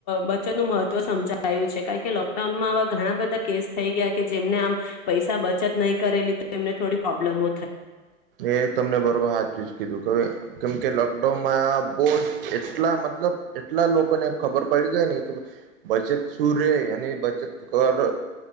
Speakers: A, on the left; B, on the right.
A: બચતનું મહત્વ સમજાયું છે, કારણ કે લોકડાઉનમાં આવા ઘણા બધા કેસ થઈ ગયા કે જેમને આમ, પૈસા બચત નહીં કરેલી એમને થોડી પ્રોબ્લેમ
B: એ તમને બરોબર હાથ ચ જ કીધું કેવે કેમ કે લોકડાઉનમાં બહ જ એટલા મતલબ એટલા લોકોને ખબર પડી ગઈ ને કે, બચત શું રે અને બચત કર